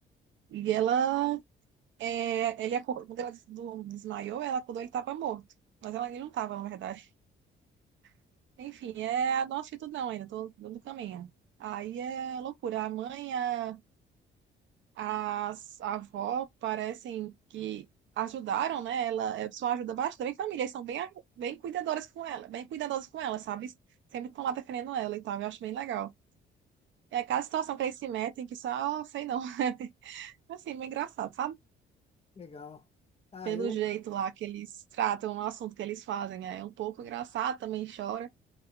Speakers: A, on the right; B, on the left.
A: E ela É, ele acordou, quando ela des- do- desmaiou, ela acordou, ele estava morto. Mas ela, ele não estava, na verdade. <laughs> Enfim, é a nossa atitude ainda, tô, tô no caminho. Aí é loucura. A mãe, a, a, a avó parecem que ajudaram, né? Ela é, só ajuda bastante. A família, eles são bem, bem cuidadoras com ela, bem cuidadosas com ela, sabe? Sempre estão lá defendendo ela e tal. Eu acho bem legal. É aquela situação que eles se metem que só, sei não. <laughs> Assim, meio engraçado, sabe?
B: Legal. Ah,
A: pelo
B: eu.
A: jeito lá que eles tratam o assunto que eles fazem. né? É um pouco engraçado, também chora.